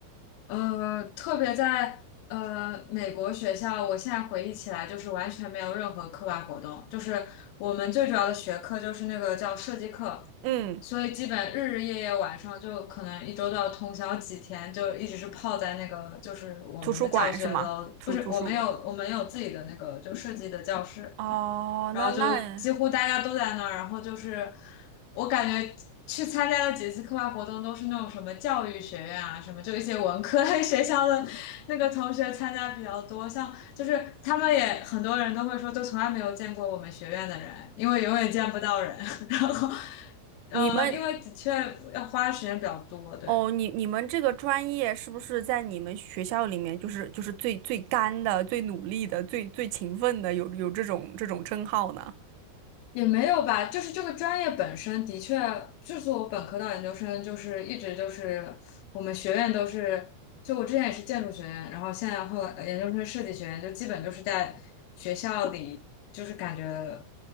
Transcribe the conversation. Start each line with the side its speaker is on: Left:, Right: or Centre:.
Left: 呃，特别在呃美国学校，我现在回忆起来，就是完全没有任何课外活动，就是我们最主要的学科就是那个叫设计课，
Right: 嗯，
Left: 所以基本日日夜夜晚上就可能一周都要通宵几天，就一直是泡在那个就是我们的教学楼，
Right: 图书馆是吗？图图书馆。
Left: 不是我们有我们有自己的那个就设计的教室，
Right: 哦，
Left: 然后就几乎大家都在那儿，
Right: 那那
Left: 然后就是我感觉去参加的几次课外活动都是那种什么教育学院啊，什么就一些文科类 <laughs> 学校的那个同学参加比较多，像就是他们也很多人都会说，都从来没有见过我们学院的人，因为永远见不到人，<laughs> 然后。呃，
Right: 你们
Left: 因为的确要花的时间比较多，对。
Right: 哦，你你们这个专业是不是在你们学校里面就是就是最最干的、最努力的、最最勤奋的，有有这种这种称号呢？
Left: 也没有吧，就是这个专业本身的确，就是我本科到研究生，就是一直就是我们学院都是，就我之前也是建筑学院，然后现在后来呃研究生设计学院，就基本就是在学校里，就是感觉